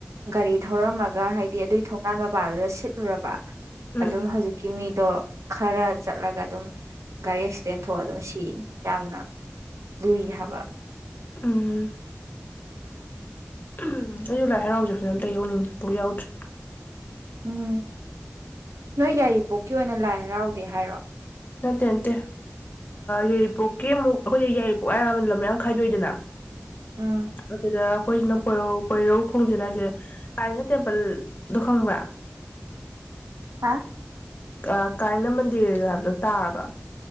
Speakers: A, on the right; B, on the left.
A: ꯒꯥꯔꯤ ꯊꯧꯔꯝꯃꯒ ꯍꯥꯏꯗꯤ ꯑꯗꯨꯒꯤ ꯊꯣꯡꯒꯥꯟ ꯃꯄꯥꯗꯨꯗ ꯁꯤꯠꯂꯨꯔꯕ
B: ꯎꯝ
A: ꯑꯗꯨꯝ ꯍꯧꯖꯤꯛꯀꯤ ꯃꯤ ꯑꯗꯣ ꯈꯔ ꯆꯠꯂꯒ ꯑꯗꯨꯝ ꯒꯥꯔꯤ ꯑꯦꯛꯁꯤꯗꯦꯟ ꯊꯣꯛꯑ ꯑꯗꯨꯝ ꯁꯤꯌꯦ ꯌꯥꯝꯅ ꯂꯨꯏ ꯍꯥꯏꯕ
B: ꯎꯝ ꯎꯝ ꯑꯩꯁꯨ ꯂꯥꯏ ꯍꯔꯥꯎꯖꯦ ꯐꯖꯅ ꯑꯝꯇ ꯌꯥꯎꯅꯤꯡꯉꯦ ꯑꯝꯕꯨ ꯌꯥꯎꯗ꯭ꯔꯤ
A: ꯎꯝ ꯅꯣꯏ ꯌꯥꯏꯔꯤꯄꯣꯛꯀꯤ ꯑꯣꯏꯅ ꯂꯥꯏ ꯍꯔꯥꯎꯗꯦ ꯍꯥꯏꯔꯣ
B: ꯅꯠꯇꯦ ꯅꯠꯇꯦ ꯌꯥꯏꯔꯤꯄꯣꯛꯀꯤ ꯑꯃꯨꯛ ꯑꯩꯈꯣꯏꯒꯤ ꯌꯥꯏꯔꯤꯄꯣꯛ ꯍꯥꯏꯔꯒ ꯂꯝ ꯃꯌꯥꯝ ꯈꯥꯏꯗꯣꯏꯗꯅ
A: ꯎꯝ
B: ꯑꯗꯨꯗ ꯑꯩꯈꯣꯏꯁꯤꯅ ꯄꯣꯏꯔꯧ ꯄꯣꯏꯔꯧꯈꯣꯡꯖꯤꯟ ꯍꯥꯏꯁꯦ ꯀꯥꯏꯅ ꯇꯦꯝꯄꯜꯗꯣ ꯈꯪꯕ꯭ꯔꯥ
A: ꯍꯥ
B: ꯑꯥ ꯀꯥꯏꯅ ꯃꯟꯗꯤꯔ ꯍꯥꯏꯕꯗꯣ ꯇꯥꯔꯕ